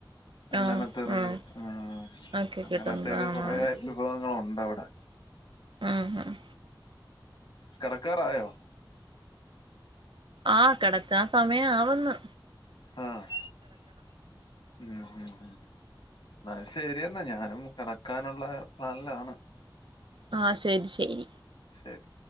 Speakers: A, on the left (about 65°); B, on the right (about 75°).
A: അങ്ങനത്തത്
B: ആഹ് ആഹ്
A: ആഹ്
B: ഒക്കെ
A: അങ്ങനത്തക്കെ
B: കിട്ടുന്നതാണാണ്
A: കൊറേ വിഭവങ്ങളുണ്ടവിടെ
B: ആഹ് ആഹ്
A: കെടക്കാറായോ?
B: ആഹ് കിടക്കാ സമയം ആവന്ന്
A: ആഹ് ഉം ഉം ഉം എന്ന ശരിയെന്നാ ഞാനും കിടക്കാനുള്ള പ്ലാനിലാണ്
B: ആഹ് ശെരി ശെരി
A: ശെരി